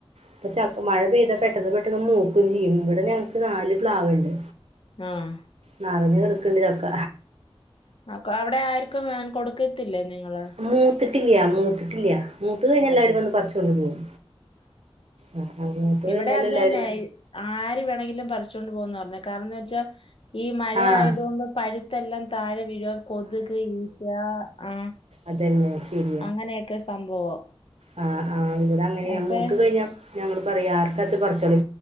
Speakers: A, on the right (about 75°); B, on the left (about 60°).
A: ഇപ്പൊ ചക് മഴ പെയ്താ പെട്ടെന്ന് പെട്ടെന്ന് മൂക്കും ചെയ്യും ഇവിടെ ഞങ്ങക്ക് നാല് പ്ലാവ്ണ്ട്
B: ആഹ്
A: നറഞ്ഞ് കട്ക്ക്ണ്ട് ചക്ക
B: അപ്പൊ അവിടെ ആർക്കും വേൺ കൊടുക്കത്തില്ലേ നിങ്ങള്
A: മൂത്ത്ട്ടില്ല്യാ മൂത്ത്ട്ടില്ല്യാ മൂത്ത് കഴിഞ്ഞാ
B: അതെ
A: എല്ലാവരും വന്ന് പറിച്ച് കൊണ്ട് പോകും ആഹ് ആഹ് മൂത്ത്
B: ഇവിടെ
A: കഴിഞ്ഞാലെല്ലാരും
B: അത് തന്നെ ഈ ആര് വേണെങ്കിലും പറിച്ചോണ്ട് പോകുംന്നറഞ്ഞെ കാരണംന്ന് വെച്ചാ ഈ മഴയായത്
A: ആഹ്
B: കൊണ്ട് പഴുത്തെല്ലാം താഴെ വീഴും കൊതുക് ഈച്ച ആ
A: അതെന്നെ ശെരി
B: അങ്ങനെയൊക്കെ സംഭവം
A: ആഹ് ആഹ് ഇവിടങ്ങനെയാ
B: അപ്പെ
A: മൂത്ത് കഴിഞ്ഞ ഞങ്ങള് പറിയാ ആർക്കാച്ച പറിച്ചോളി